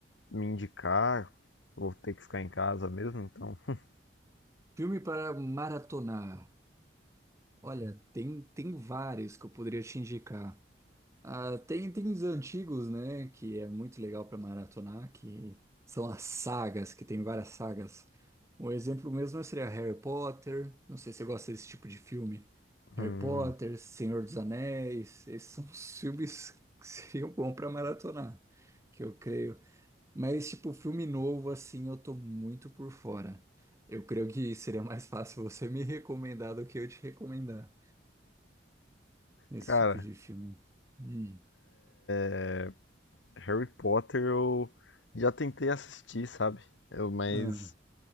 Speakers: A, on the left (about 85°); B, on the right (about 15°).
A: me indicar. Vou ter que ficar em casa mesmo, então. <laughs>
B: Filme para maratonar. Olha, tem, tem vários que eu poderia te indicar. Ah, tem, tem os antigos, né? Que é muito legal para maratonar, que são as sagas, que tem várias sagas. Um exemplo mesmo seria Harry Potter. Não sei se você gosta desse tipo de filme.
A: Hum,
B: Harry Potter, Senhor dos Anéis. Esses são os filmes que seriam bons para maratonar. Que eu creio. Mas, tipo, filme novo, assim, eu tô muito por fora. Eu creio que seria mais fácil você me recomendar do que eu te recomendar esse
A: Cara,
B: tipo de filme. Hum.
A: é, Harry Potter eu já tentei assistir, sabe? Eu, mas
B: Ah,